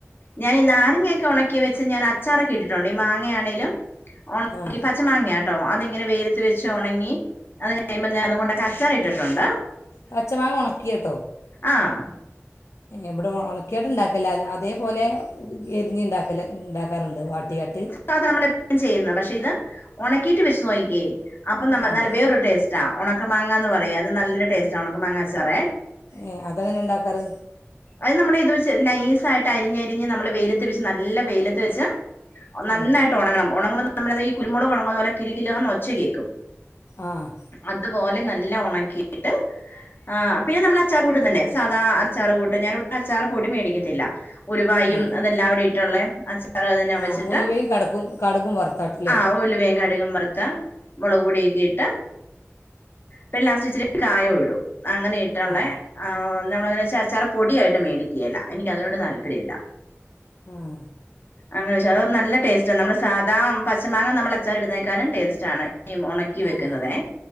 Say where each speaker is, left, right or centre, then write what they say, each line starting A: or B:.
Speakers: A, on the left (about 45°); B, on the left (about 70°).
A: ഞാനി നാരങ്ങയൊക്കെ ഒണക്കി വെച്ച് ഞാൻ അച്ചാറൊക്കെ ഇട്ടിട്ടുണ്ട് ഈ മാങ്ങയാണേലും ഒണങ്ങി
B: ആഹ്
A: പച്ച മാങ്ങയാട്ടോ അതിങ്ങനെ വെയിലത്ത് വെച്ച് ഒണങ്ങി അത് കഴിയമ്പം ഞാൻ അതുകൊണ്ടൊക്കെ അച്ചാറിട്ടിട്ടൊണ്ട്
B: പച്ചമാങ്ങ ഒണക്കിയട്ടോ
A: ആഹ്
B: ഇല്ല ഇവിടെ ഒണക്കിയിട്ട് ഇണ്ടാക്കില്ല അതേപോലെ എരിഞ്ഞിണ്ടാക്കല് ഇണ്ടാക്കാറിണ്ട് വാട്ടിയാട്ട്
A: സാധ നമ്മള് എപ്പളും ചെയ്യുന്ന പക്ഷെ ഇത് ഒണക്കീട്ട് വെച്ച് നോക്കിയേ അപ്പൊ നമ്പ
B: ആഹ്
A: നല്ല വേറൊരു ടേസ് റ്റാ ഒണക്ക മാങ്ങാന്ന് പറയും അത് നല്ലൊരു ടേസ്റ്റാ ഒണക്ക മാങ്ങ അച്ചാറേ
B: ഏഹ് അതെങ്ങനെ ഇണ്ടാക്കാറ്
A: അത് നമ്മളിത് വെച്ച് നൈസായിട്ട് അരിഞ്ഞരിഞ്ഞ് നമ്മള് വെയിലത്ത് വെച്ച് നല്ല വെയിലത്ത് വെച്ച് നന്നായിട്ട്
B: ഉം
A: ഒണങ്ങണം ഒണങ്ങുമ്പോ നമ്മളെതാ ഈ കുരുമുളക് ഒണങ്ങുന്ന പോലെ കിലുകിലാന്ന് ഒച്ച കേക്കും
B: ആഹ്
A: അതുപോലെ നല്ല ഒണക്കീട്ട് ആഹ് പിന്നെ നമ്മള് അച്ചാറ് കൂട്ടും തന്നെ സാധാ അച്ചാറ്കൂട്ട് ഞാനിവടെ അച്ചാറ് പൊടി മേടിക്കത്തില്ല ഉലുവായും
B: ആഹ്
A: അതെല്ലാവിടെട്ടുള്ളേ അച്ചാറ് <unintelligible> വെച്ചിട്ട്
B: ആഹ് ഉലുവയും കടക്കും കടുകും വറുത്താട്ടല്ലേ
A: ആഹ് ഉലുവയും ക ടുകും വറുത്ത് മുളക്പൊടിയക്കെ ഇട്ട് പിന്നെ ലാസ്റ്റിച്ചിരി കായോ ഇടും അങ്ങനെ ഇട്ടൊള്ളേ
B: ആഹ്
A: ആഹ് നമ്മളെങ്ങനേന്ന് വെച്ചാല് അച്ചാറ് പൊടിയായിട്ട് മേടി ക്ക്യേല്ല എനിക്കതിനോട് താല്പര്യവില്ല
B: ആഹ്
A: അങ്ങനെ ചോയ്ച്ച അതോന്ന് നല്ല ടേ സ്റ്റാ നമ്മള് സാധാ പച്ചമാങ്ങ നമ്മള് അച്ചാറിടുന്നേക്കാലും ടേസ്റ്റാണ് ഈ ഒണക്കി വെക്കുന്നതേ
B: ആഹ്